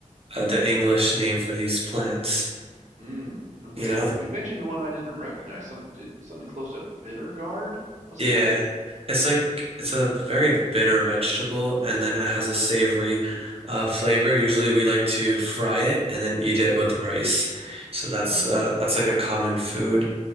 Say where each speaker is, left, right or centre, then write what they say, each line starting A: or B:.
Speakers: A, on the right; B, on the right.
A: uh, the English name for these plants.
B: Mm, okay.
A: You know,
B: You mentioned one I didn't recognize. Some did something close to bitter gourd? What's
A: yeah,
B: that?
A: it's like it's a very bitter vegetable, and then it has a savory uh, flavor. Usually, we like to fry it and then eat it with rice. So that's
B: Ah,
A: uh, that's like a common food